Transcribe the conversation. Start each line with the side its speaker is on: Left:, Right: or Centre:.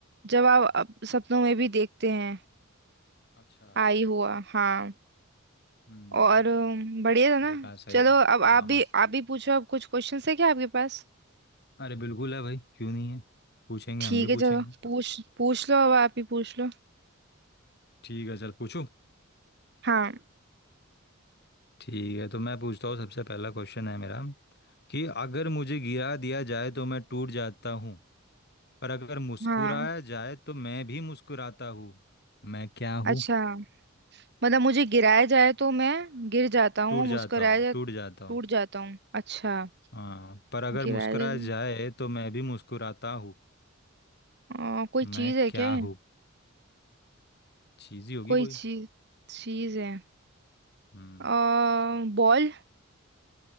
Right: जब आप अप- सपनों में भी देखते हैं
Left: अच्छा
Right: आई हुआ हाँ
Left: हम्म
Right: और अम, बढ़िया था
Left: सही
Right: ना
Left: कहा सही
Right: चलो
Left: कहा
Right: अब आप
Left: हाँ
Right: भी
Left: मस्त
Right: आप भी पूछो अब कुछ क्वेश्चन है क्या आपके पास
Left: अरे बिल्कुल है भाई क्यों नहीं है पूछेंगे
Right: ठीक
Left: हम भी
Right: है चलो
Left: पूछेंगे
Right: पूछ पूछ लो अब आप ही पूछ लो
Left: ठीक है चल पूछू
Right: हाँ
Left: ठीक है तो मैं पूछता हूँ सबसे पहला क्वेश्चन है मेरा कि अगर मुझे गिरा दिया जाए तो मैं टूट जाता हूँ पर अगर मुस्कुराया
Right: हाँ
Left: जाए तो मैं भी मुस्कुराता हूँ मैं क्या हूँ
Right: अच्छा मतलब मुझे गिराया जाए तो मैं गिर जाता हूँ
Left: टूट
Right: मुस्कुराया
Left: जाता हूँ
Right: जाए
Left: टूट जाता हूँ
Right: टूट जाता हूँ अच्छा
Left: हाँ पर अगर
Right: गिराया
Left: मुस्कुराया
Right: जाए
Left: जाए तो मैं भी मुस्कुराता हूँ
Right: आ, कोई
Left: मैं
Right: चीज है
Left: क्या
Right: क्या
Left: हूँ चीज़ ही होगी
Right: कोई
Left: कोई
Right: चीज चीज है
Left: हम्म
Right: आ, बॉल